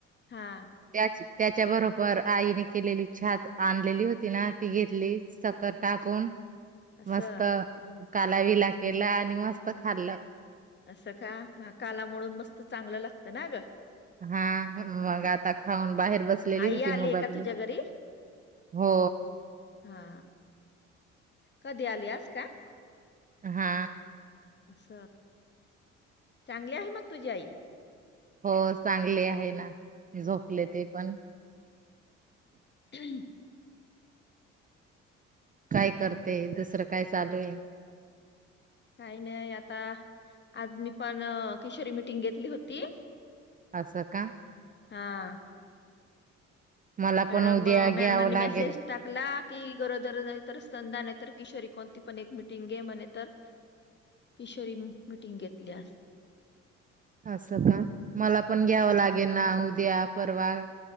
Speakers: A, on the left; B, on the right.
A: हा
B: त्या त्याच्या बरोबर आईने केलेली छात आणलेली होती ना ती घेतली सखर टाकून
A: असं
B: मस्त काला विला केला आणि मस्त खाल्ल
A: असं का ह काला म्हणून मस्त चांगलं लागत ना ग
B: हा मग आता खाऊन बाहेर बसलेली
A: आई
B: होती
A: आलीय
B: मोबाईल
A: का तुझ्या घरी
B: हो
A: हा कधी आली आस का
B: हा
A: अस चांगली आहे मग तुझी आई
B: हो चांगली आहे ना झोपले ते पण
A: हम्
B: काय करते दुसरं काय चालू आहे
A: काही नाही आता आज मी पण किशोरी मिीटिंग घेतली होती
B: असं का?
A: हा.
B: मला
A: मॅडम,
B: पण उद्या घ्यावं
A: मॅडमांनी
B: लागेल
A: मेसेज टाकला कि गरोदर नाही तर स्तनदा नाहीत किशोरी- कोणती पण एक मिटिंग घे म्हणे, तर किशोरी मिटिंग घेतली अस-
B: असं का? मला पण घ्यावं लागेल ना उद्या, परवा.